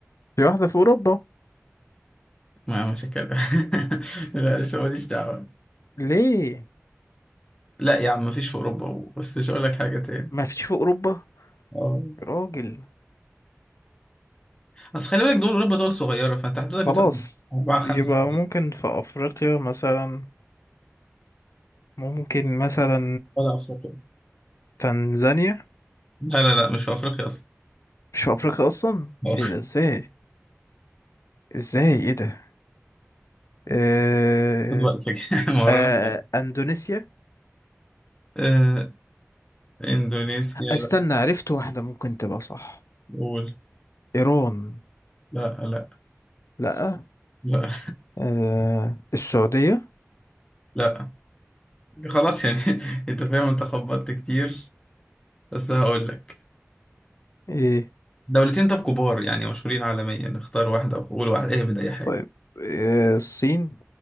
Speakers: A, on the left (about 80°); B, on the left (about 20°).
A: في واحدة في أوروبا
B: ما مش هتكلم <laughs> لا مش ماليش دعوه
A: ليه
B: لا يا عم مفيش في اوروبا و- بس مش هقول لك حاجه تاني
A: ما فيش في أوروبا
B: اه
A: راجل
B: بس خلي بالك دول اوروبا دول صغيره فانت حدودك بتبقى
A: خلاص
B: اربعه خمسه
A: يبقى
B: حوالي
A: ممكن في أفريقيا مثلا ممكن مثلا
B: ولا افريقيا
A: تنزانيا
B: لا لا لا مش في افريقيا اصلا
A: مش في افريقيا اصلا
B: <laughs>
A: ايه ده ازاي ازاي ايه ده آه...
B: خد وقتك <laughs> ما ورانا
A: آه...
B: حاجة.
A: اندونيسيا
B: آه اندونيسيا
A: استنى
B: لا
A: عرفت واحدة ممكن تبقى صح
B: قول
A: ايران
B: لا لا
A: لا
B: لا
A: آه... السعودية
B: <laughs> لا خلاص يعني <laughs> انت فاهم انت خبطت كتير بس هقول لك
A: ايه
B: دولتين طب كبار يعني مشهورين عالميا اختار واحدة وقول واحد اهبد أي حاجة
A: طيب آه... الصين